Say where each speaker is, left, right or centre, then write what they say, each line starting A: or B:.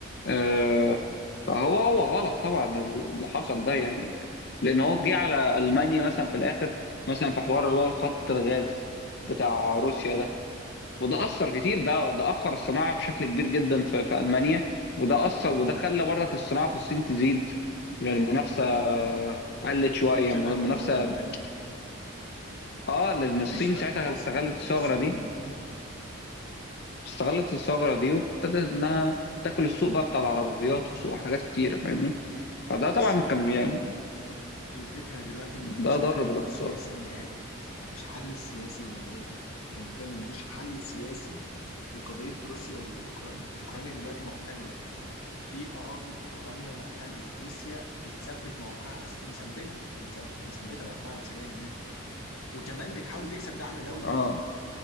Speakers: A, on the left; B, on the left.
A: آه، فهو هو غلط طبعا اللي حصل ده يعني لان هو جه على المانيا مثلا في الاخر مثلا في حوار اللي هو الخط الغاز بتاع روسيا
B: اه
A: ده وده اثر كتير ده ده اخر الصناعه بشكل كبير جدا في, في المانيا وده اثر
B: مظبوط
A: وده خلى برضك الصناعه في الصين تزيد يعني المنافسه آه، قلت شويه
B: شبه
A: المنافسه
B: منعدم ايوه
A: اه لان
B: مفيش
A: الصين
B: بقى
A: ساعتها
B: خلاص
A: استغلت
B: بقى
A: الثغره
B: الصين
A: دي
B: مم.
A: استغلت الثغره دي وابتدت انها تاكل السوق بقى بتاع العربيات وسوق حاجات كتيره فاهمني فده طبعا
B: بس هو
A: كان يعني
B: الفكرة دلوقتي إن مفيش
A: ده
B: حل
A: ضر بالاقتصاد
B: سياسي نهائي مفيش حل سياسي نهائي أنت متخيل مفيش حل سياسي لقضية روسيا وأوكرانيا أوكرانيا دلوقتي محتلة في أراضي في أوكرانيا محتلة روسيا بتثبت موقعها العسكري مثبتة مش بتثبت هي مثبتة موقعها العسكري هناك وكمان بتحاول تكسب دعم دولي
A: اه